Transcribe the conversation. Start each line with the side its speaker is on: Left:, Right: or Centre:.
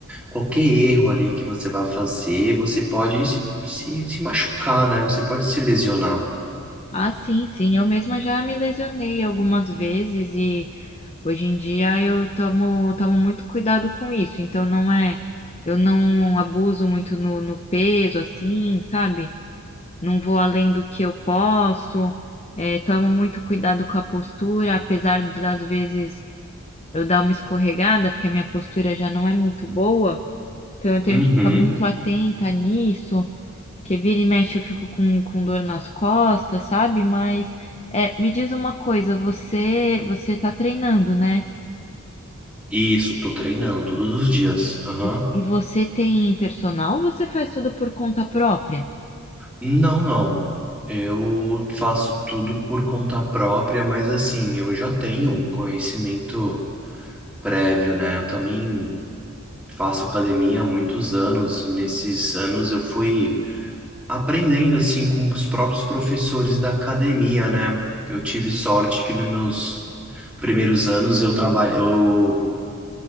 Centre: qualquer erro ali que você vá fazer, você pode se, se, se machucar, né? Você pode se lesionar.
Left: Ah, sim, sim. Eu mesma já me lesionei algumas vezes e hoje em dia eu tomo, tomo muito cuidado com isso. Então não é, eu não abuso muito no, no peso, assim, sabe? Não vou além do que eu posso. É, tomo muito cuidado com a postura, apesar de, das vezes eu dar uma escorregada, porque a minha postura já não é muito boa. Então eu tenho
Centre: Uhum.
Left: que ficar muito atenta nisso. que vira e mexe eu fico com, com dor nas costas, sabe? Mas é, me diz uma coisa, você você tá treinando, né?
Centre: Isso, tô treinando todos os dias. Aham.
Left: E, e você tem personal ou você faz tudo por conta própria?
Centre: Não, não. Eu faço tudo por conta própria, mas assim, eu já tenho um conhecimento prévio, né? Eu também. faço academia há muitos anos e nesses anos eu fui aprendendo assim com os próprios professores da academia, né? Eu tive sorte que nos meus primeiros anos eu trabalho, eu,